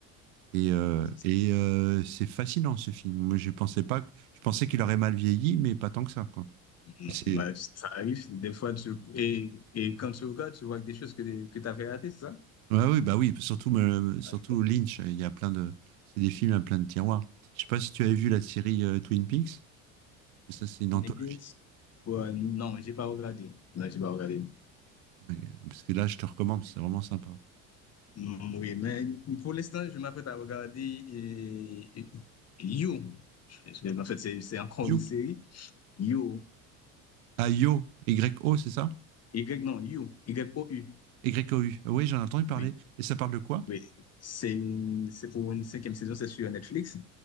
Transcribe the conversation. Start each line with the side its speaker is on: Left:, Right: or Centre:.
Right: Et, euh,
Left: Ah,
Right: et euh, c'est fascinant, ce film. Moi, je pensais pas, que- je pensais qu'il aurait mal vieilli, mais pas tant que ça, quoi.
Left: c'est-
Right: C'est,
Left: bah, ça arrive, des fois, tu, et, et quand tu regardes, tu vois des choses que, que tu avais ratées, c'est ça?
Right: Ouais, oui, bah oui, surtout, euh, surtout
Left: Ah, je-
Right: Lynch, il y a plein de, c'est des films à plein de tiroirs. Je sais pas si tu avais vu la série euh, Twin Peaks, ça, c'est une
Left: On
Right: anthologie.
Left: est bien. Ouais, non, j'ai pas regardé. Non, j'ai pas regardé.
Right: Mais- euh, Parce que là, je te recommande, c'est vraiment sympa.
Left: Mm, Oui, mais pour l'instant, je m'apprête à regarder et, et- You. Parce que, En fait, c'est c'est encore
Right: You.
Left: une série. You.
Right: Ah, Yo, Y-O, c'est ça?
Left: Y, non, You. Y-O-U.
Right: Y-O-U. Ah Oui, j'en ai entendu parler.
Left: Oui,
Right: Et ça parle de quoi?
Left: oui. C'est une- c'est pour une cinquième saison, c'est sur Netflix.